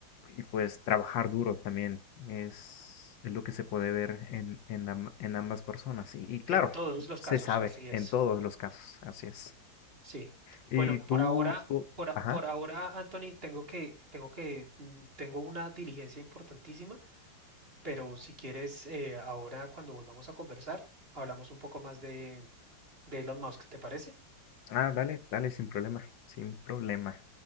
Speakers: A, on the left; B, on the right.
A: y pues trabajar duro también es, es lo que se puede ver en, en, am- en ambas personas. Y, y
B: En
A: claro,
B: todos los
A: se
B: casos,
A: sabe
B: así es.
A: en todos los casos, así es.
B: Sí.
A: Y
B: Bueno,
A: tú,
B: por ahora,
A: tú,
B: por, a-
A: ajá.
B: por ahora, Anthony, tengo que, tengo que, mm, tengo una diligencia importantísima, pero si quieres, eh, ahora cuando volvamos a conversar, hablamos un poco más de, de Elon Musk, ¿te parece?
A: Ah, dale, dale, sin problema, sin problema.